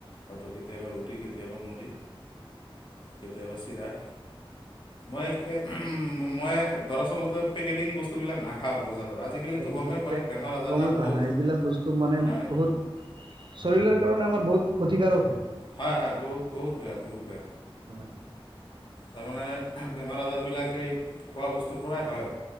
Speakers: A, on the left (about 55°); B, on the right (about 55°).
A: হয়তো কেতিয়াবা ৰুটি, কেতিয়াবা মুড়ি, কেতিয়াবা চিৰা। মই, এই উম মই দৰাচলতে পেকেটিং বস্তু বিলাক নাখ খাওঁ বজাৰত। আজিকালিতো
B: পেকেটিং
A: গমেই
B: পেক
A: পায় বেমাৰ আজাৰ
B: গমেই
A: না
B: পায়
A: বহুত,
B: হয় এইবিলাক বস্তু মানে
A: হয়।
B: বহুত শৰীৰৰ কাৰণে আমাৰ বহুত ক্ষতিকাৰক হয়।
A: হয়, হয়, বহুত বহুত বেয়া, বহুত বেয়া।
B: <inaudible>
A: তাৰমানে বেমাৰ আজাৰ বিলাক সেই খোৱা বস্তুৰ পৰাই হয়।